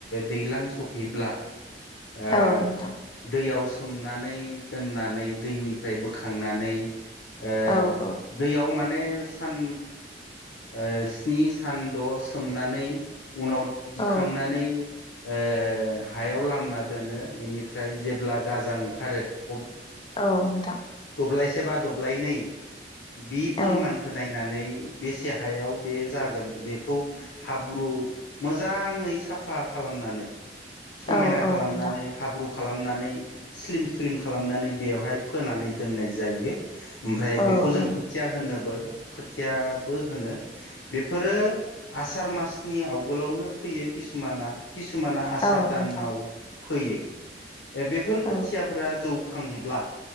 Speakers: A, on the left; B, on the left.
A: दैज्लां सफैब्ला ओ
B: औ नोंथां
A: दैयावसो सोमनानै दोननानै दैनिफ्राय बोखांनानै ओ
B: औ औ
A: दैयाव मान माने सान ओ स्नि सान द' सोमनानै उनाव दिखांनानै
B: औ
A: ओ हायाव लामना दोनो इनिफ्राय जेब्ला गाजा ओंखारो अब्ला
B: औ नोंथां
A: दब्लायसे बा दब्लायनै बि परिमानखौ
B: औ
A: नायनानै बेसे हायाव बे जागोन बेखौ हाब्रु मोजाङै साफा खालाम नानै समायना
B: औ औ
A: खालामनानै
B: नोंथां
A: हाब्रु खालामनानै स्लिम स्लिम खालामनानै बेवहाय फोनानै दोननाय जायो ओमफ्राय
B: औ
A: बेखौ जों
B: औ
A: खोथिया होनोबो खोथियाबो होनो बेफोरो आसार मासनि आवगोलावनो फोयो किसुमाना किसुमाना आसार
B: औ
A: दानाव
B: नोंथां
A: होयो बेफोर
B: औ
A: खोथियाफोरा जौखांब्ला